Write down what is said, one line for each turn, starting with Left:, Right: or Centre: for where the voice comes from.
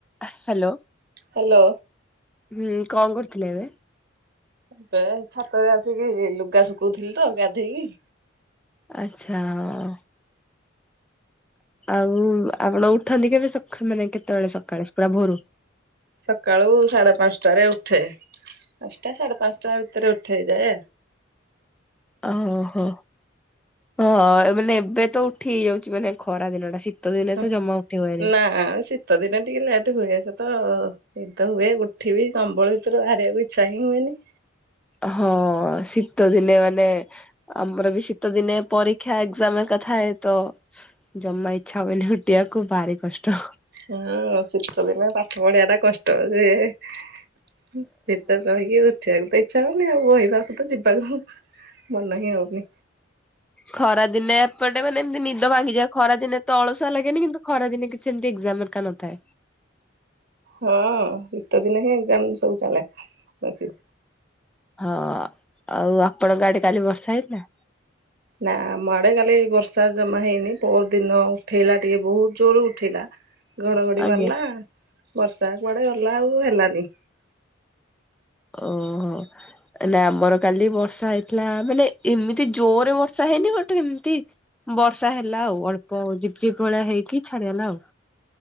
Centre: ଆ ହାଲୋ।
Right: ହାଲୋ।
Centre: ହୁଁ କଣ କରୁଥିଲେ ଏବେ?
Right: ଏବେ ଛାତରେ ଆସିକି ଲୁଗା ଶୁଖୋଉଥିଲି ତ ଗାଧେଇକି।
Centre: ଆଛା ହଁ। ଆଉ ଆପଣ ଉଠନ୍ତି କେବେ ସଖ୍ ମାନେ କେତୋବେଳ ସକାଳେ ପୁରା ଭୋରୁ?
Right: ସକାଳୁ ସାଢେ ପାଞ୍ଚଟାରେ ଉଠେ। ପାଞ୍ଚଟା ସାଢେ ପାଞ୍ଚଟା ଭିତରେ ଉଠିଯାଏ।
Centre: ଓହୋ ହ ମାନେ ଏବେ ତ ଉଠି ହେଇଯାଉଚି ମାନେ ଖରା ଦିନ ଟା। ଶୀତ ଦିନେ
Right: ହଁ
Centre: ତ ଜମା ଉଠି ହୁଏନି।
Right: ନା ଶୀତ ଦିନେ ଟିକେ ଲେଟ ହୁଏ ସ ତ ନିଦ ହୁଏ ଉୋଠିବିି କମ୍ବଳ ଭିତରୁ ବାହାରିବାକୁ ଇଚ୍ଛା ହିଁ ହୁଏନି।
Centre: ହଁ ଶୀତ ଦିନେ ମାନେ ଆମର ବି ଶୀତ ଦିନେ ପରୀକ୍ଷା ଏଗ୍ଜାମେ ମ୍ ଥାଏ ତ ଜମା ଇଚ୍ଛା ହୁଏନି ଉୁଠିବାକୁ ଭାରି କଷ୍ଟ।
Right: ହଁ ଶୀତ ଦିନେ ପାଠ ପଢିବା ଟା କଷ୍ଟ ଯେ ଭିତରେ ରହିକି ଉଠିବାକୁ ତ ଇଚ୍ଛା ହଉନି ଆଉ ବହି ପାଖକୁ ତ ଯିବାକୁ ମନ ହିଁ ହଉନି।
Centre: ଖରାଦିନେ ଏପଟେ ମାନେ ଏମିତି ନିଦ ଭାଙ୍ଗିଯାଏ ଖରାଦିନେ ତ ଅଳସୁଆ ଲାଗେନି କିନ୍ତୁ ଖରା ଦିନେ କିଛି ଏମିତି ଏଗ୍ଜାମ ହେରିକା ନଥାଏ।
Right: ହଁ ଶୀତ ଦିନ ହିଁ ଏଗ୍ଜାମ ସବୁ ଚାଲେ ବେଶୀ।
Centre: ହଁ ଆଉ ଆପଣଙ୍କ ଆଡେ କାଲି ବର୍ଷା ହେଇଥିଲା?
Right: ନା ଆମ ଆଡେ କାଲି ବର୍ଷା ଜମା ହେଇନି ପଅର ଦିନ ଉଠେଇଲା ଟିକେ ବହୁତ ଜୋର ଉଠେଇଲା। ଘଡଘଡି
Centre: ଆଜ୍ଞା।
Right: ମାରିଲା ବର୍ଷା କୁଆଡେ ଗଲା ଆଉ ହେଲାନି।
Centre: ଓହୋ ନା ଆମର କାଲି ବର୍ଷା ହେଇଥିଲା ମାନେ ଏମିତି ଜୋରରେ ବର୍ଷା ହେଇନି ଗୋଟେ ଏମିତି ବର୍ଷା ହେଲା ଆଉ ଅଳ୍ପ ଝିପ୍ ଝିପ୍ ଭଳିଆ ହେଇକି ଛାଡିଗଲା ଆଉ।